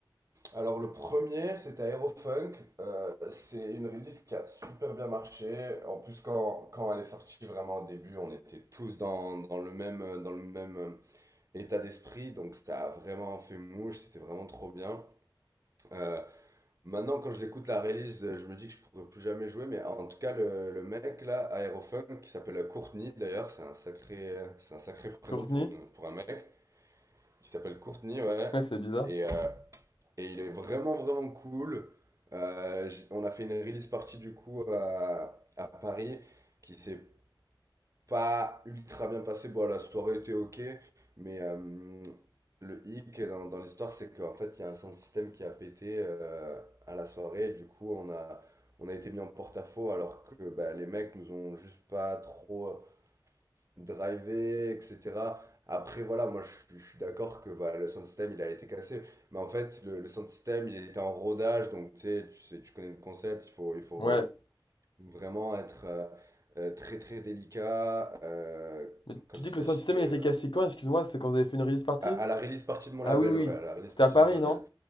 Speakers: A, on the right; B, on the left.
A: Alors le premier, c'était Aerofunk. Euh, c'est une release qui a super bien marché. En plus, quand, quand elle est sortie vraiment au début, on était tous dans, dans le même, dans le même euh, état d'esprit. Donc ça a vraiment fait mouche, c'était vraiment trop bien. Euh, maintenant, quand je l'écoute la release, euh, je me dis que je pourrais plus jamais jouer. Mais en tout cas, le, le mec là, Aerofunk, qui s'appelle Courtney d'ailleurs, c'est un sacré, c'est un sacré prénom
B: Courtney?
A: pour, une, pour un mec. Qui s'appelle Courtney, ouais.
B: Ouais, c'est bizarre.
A: Et euh, et il est vraiment, vraiment cool. Euh, j- on a fait une release party du coup à, à Paris qui s'est pas ultra bien passée. Bon, la soirée était ok, mais euh, le hic dans, dans l'histoire, c'est qu'en fait, il y a un sound system qui a pété euh, à la soirée. Et du coup, on a, on a été mis en porte-à-faux alors que bah, les mecs nous ont juste pas trop driver, etc. Après, voilà, moi, je, suis je suis d'accord que voilà, le sound system, il a été cassé. Mais en fait, le, le sound system, il était en rodage. Donc, tu sais, tu sais, tu connais le concept. Il faut, il faut
B: Ouais.
A: vraiment être euh, euh, très, très délicat euh,
B: Mais
A: quand
B: tu
A: il
B: dis
A: s'agit
B: que le sound system
A: de...
B: il était cassé quand? Excuse-moi, c'est quand vous avez fait une release party?
A: À, à la release partie de mon
B: Ah
A: label,
B: oui, oui.
A: ouais, à la release
B: C'était
A: partie
B: à Paris,
A: de mon label.
B: non?